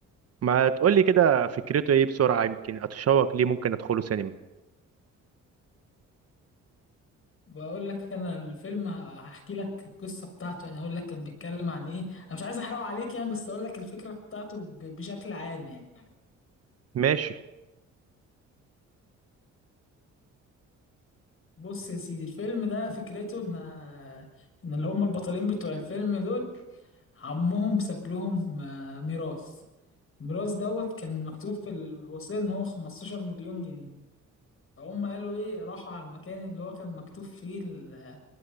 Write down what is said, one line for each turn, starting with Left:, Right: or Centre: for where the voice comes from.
Right: ما تقولي كده فكرته إيه بسرعة يمكن أتشوق ليه ممكن أدخله سينما
Left: بقول لك انا الفيلم هحكي لك القصة بتاعته يعني اقول لك كان بيتكلم عن ايه انا مش عايز احرقه عليك يعني بس اقول لك الفكرة بتاعته ب- بشكل عام يعني
Right: ماشي
Left: بص يا سيدي الفيلم ده فكرته ان ان اللي هم البطلين بتوع الفيلم دول عمهم ساب لهم آه، ميراث الميراث دوت كان مكتوب في الوصية ان هو 15 مليون جنيه فهم قالوا ايه راحوا على المكان اللي هو كان مكتوب فيه ال...